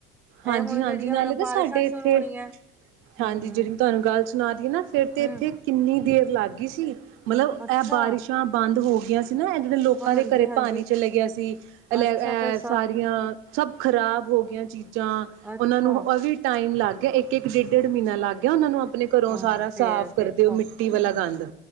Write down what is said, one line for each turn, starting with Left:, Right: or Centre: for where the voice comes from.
Centre: ਇਹ
Right: ਹਾਂਜੀ-ਹਾਂਜੀ
Centre: ਹੁਣ ਜਿਹੜੀਆਂ
Right: ਨਾਲੇ
Centre: ਹੁਣ
Right: ਤਾਂ
Centre: ਬਾਰਿਸ਼ਾਂ
Right: ਸਾਡੇ
Centre: ਸ਼ੁਰੂ
Right: ਇੱਥੇ
Centre: ਹੋਣੀਆਂ ਹੂੰ,
Right: ਹਾਂਜੀ, ਜਿਹੜੀ ਤੁਹਾਨੂੰ ਗੱਲ ਸੁਣਾ ਦੀਏ ਨਾ ਫੇਰ ਤੇ
Centre: ਹੂੰ,
Right: ਇੱਥੇ ਕਿੰਨੀ ਦੇਰ ਲਾਗ ਗਈ ਸੀ ਮਤਲਬ
Centre: ਅੱਛਾ,
Right: ਇਹ ਬਾਰਿਸ਼ਾਂ ਬੰਦ ਹੋ ਗਈ ਨਾ ਇਦ ਲੋਕਾਂ
Centre: ਹਾਂ, ਹਾਂਜੀ,
Right: ਦੇ ਘਰੇ
Centre: ਹਾਂਜੀ,
Right: ਪਾਣੀ ਚਲੇ ਗਿਆ ਸੀ, ਅ ਅਹ
Centre: ਅੱਛਾ ਫਿਰ ਸ
Right: ਸਾਰੀਆਂ ਸਭ ਖ਼ਰਾਬ ਹੋ ਗਆਂ ਚੀ ਜਾਂ
Centre: ਅੱਛਾ,
Right: ਉਹਨਾਂ ਨੂੰ ਉਸੀ ਟਾਈਮ ਲੱਗ ਗ ਇੱਕ ਇੱਕ ਡੇਢ ਡੇਢ ਮਹੀਨਾ ਲੱਗ ਗਿਆ ਉਹਨਾਂ ਨੂੰ ਆਪਣੇ ਘਰੋਂ
Centre: ਹਾਂ
Right: ਸਾਰਾ
Centre: ਫੇਰ
Right: ਸਾਫ਼ ਕਰਦੇ
Centre: ਦੇਖੋ
Right: ਹੋ ਮਿੱਟੀ ਵਾਲਾ ਗੰਦ